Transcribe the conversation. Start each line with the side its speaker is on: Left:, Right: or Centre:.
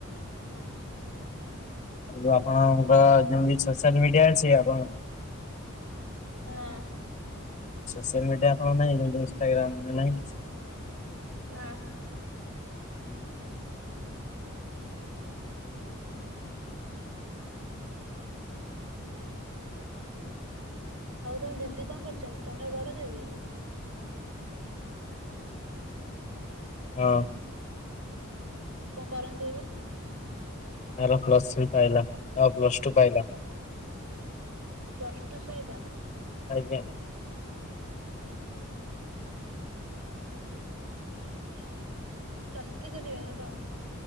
Right: ଭଲ।
Left: ଆ ଯୋଉ ଆପଣଙ୍କର ଯେମତି ସୋସିଆଲ ମିଡିଆ ଅଛି ଆପଣ
Right: ନା।
Left: ସୋସିଆଲ ମିଡିଆ କଣ ନାହିଁ ଇନଷ୍ଟାଗ୍ରାମରେ ନାହିଁ କିଛି।
Right: ନା
Left: ହୁଁ। ହୁଁ - ହୁଁ
Right: ହ
Left: ହୁଁ
Right: ଆଉ ତମ ଦିଦି କଣ କରୁଛନ୍ତି ତମ ଠାରୁ ବଡ ଦିଦି?
Left: ହଁ।
Right: କଣ କରନ୍ତି ଏବେ?
Left: ଆର ପ୍ଲସ୍ ଥ୍ରୀ ପାଇଲା ଆଉ ପ୍ଲସ ଟୁ ପାଇଲା।
Right: ପ୍ଲସ ଟୁ ସଇଲା।
Left: ଆଜ୍ଞା।
Right: ହୁଁ ପ୍ଲସ ଥ୍ରି କରିବେ ନା କଣ?